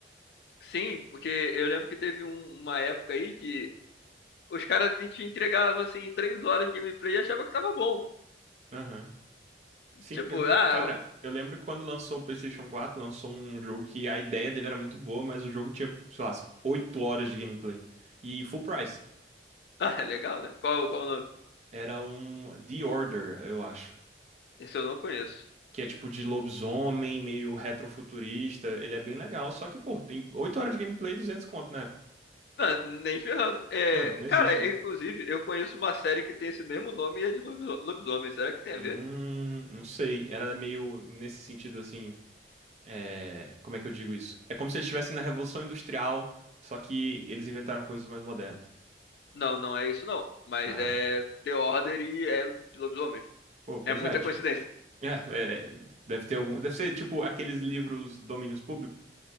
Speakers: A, on the left (about 65°); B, on the right (about 40°).
A: Sim, porque eu lembro que teve um- uma época aí que os caras te entregavam assim três horas de gameplay e achava que tava bom.
B: Aham. Sim,
A: Tipo,
B: eu não,
A: ah,
B: cara, eu lembro que quando lançou o PlayStation 4, lançou um jogo que a ideia dele era muito boa, mas o jogo tinha, sei lá, 8 horas de gameplay. E full price.
A: <laughs> ah, legal, né? Qual, qual o nome?
B: Era um The Order, eu acho.
A: Esse eu não conheço.
B: que é tipo de lobisomem, meio retrofuturista. Ele é bem legal, só que, pô, tem 8 horas de gameplay e 200 conto, né?
A: Não, nem ferrando. É,
B: Não, não
A: cara,
B: existe
A: é,
B: isso.
A: inclusive, eu conheço uma série que tem esse mesmo nome e é de lobis- lobisomem. Será que tem
B: Hum,
A: a ver?
B: não sei. Era meio nesse sentido assim. é, Como é que eu digo isso? É como se eles estivessem na Revolução Industrial, só que eles inventaram coisas mais modernas.
A: Não, não é isso não. Mas
B: Ah,
A: é The Order e é de lobisomem.
B: pô, pois
A: É muita
B: é, tipo.
A: Pô, verdade. coincidência.
B: <laughs> É, é, deve ter algum. Deve ser tipo aqueles livros domínios públicos.